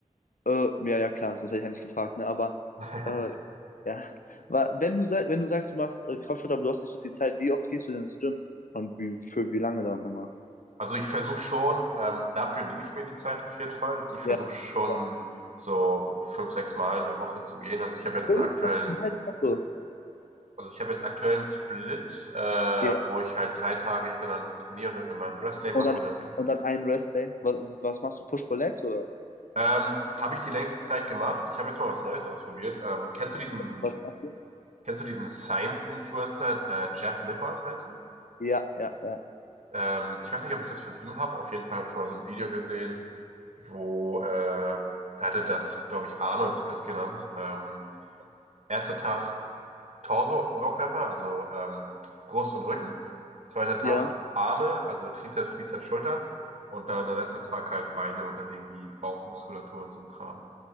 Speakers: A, on the left; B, on the right.
A: Äh, ja, ja, klar, sonst hätte ich ja nicht gefragt, ne? Aber
B: <laughs>
A: äh, ja, <laughs> Wa- wenn du, sa- wenn du sagst, du machst äh, Kampfsport, aber du hast nicht so viel Zeit, wie oft gehst du denn ins Gym? Und wie, für wie lange dann immer?
B: Also ich versuche schon, ähm, dafür nehme ich mir die Zeit auf jeden Fall. Ich versuche
A: Ja,
B: schon
A: ja.
B: so fünf, sechs Mal in der Woche zu gehen. Also ich habe jetzt
A: Fünf,
B: einen aktuellen,
A: sechs Mal die Woche.
B: also ich habe jetzt aktuellen Split, äh, wo
A: Ja.
B: ich halt drei Tage hintereinander trainiere und dann immer einen Rest Day mache
A: Und dann,
B: und dann wieder.
A: und dann einen Restday. Was, was machst du? Push-Pull-Legs oder
B: Ähm, habe ich die längste Zeit gemacht. Ich habe jetzt mal was Neues ausprobiert. Ähm, kennst du diesen,
A: was machst du?
B: kennst du diesen Science-Influencer, äh, Jeff Nippert heißt er?
A: Ja, ja, ja.
B: Ähm, ich weiß nicht, ob ich das von ihm habe. Auf jeden Fall habe ich mal so ein Video gesehen, wo äh, er hatte das, glaube ich, Arnold-Split genannt. Ähm, erster Tag Torso, Oberkörper, also ähm, Brust und Rücken. Zweiter Tag
A: Ja,
B: Arme, also Trizeps, Bizeps, Schultern. Und dann der letzte Tag halt Beine und dann irgendwie Bauchmuskulatur und so ein Kram.